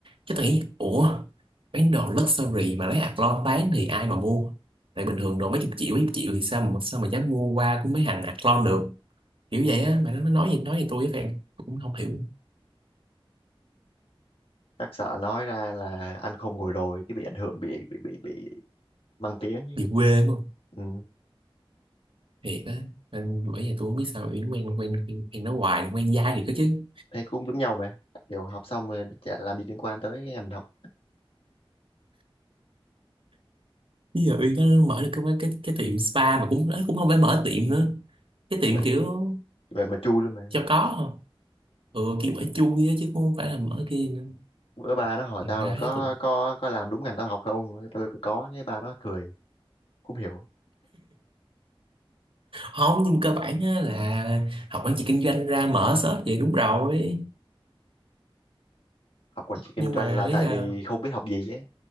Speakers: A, on the right; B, on the left.
A: chứ tao nghĩ ủa bán đồ luxury mà lấy hạt lon bán thì ai mà mua tại bình thường đồ mấy chục triệu mấy chục triệu thì sao mà sao mà dám mua qua của mấy thằng hạt lon được kiểu vậy á mà nó nó nói gì nói gì tôi với bạn cũng không hiểu
B: chắc sợ nói ra là ăn không ngồi rồi cái bị ảnh hưởng bị bị bị bị mang tiếng ấy.
A: bị quê quá
B: ừ.
A: thiệt á nên bởi giờ tôi không biết sao Uyên quen quen quen, quen nó hoài quen dai thì có chứ
B: thấy cũng giống nhau mà kiểu học xong rồi chả làm gì liên quan tới em học
A: bây giờ Uyên nó mở được cái cái cái tiệm spa mà cũng nó cũng không phải mở tiệm nữa cái
B: mà
A: tiệm kiểu
B: vậy mà chui luôn mà
A: cho có thôi ừ kiểu ở chui á chứ cũng không phải là mở kia nữa
B: bữa ba nó hỏi
A: thành
B: tao
A: ra
B: là có
A: thấy cũng
B: có có làm đúng ngành tao học không tao kêu có cái ba nó cười cũng hiểu
A: không nhưng mà cơ bản á là học quản trị kinh doanh ra mở shop vậy đúng rồi
B: học quản trị kinh
A: nhưng
B: doanh
A: mà
B: là tại
A: ý là
B: vì không biết học gì ấy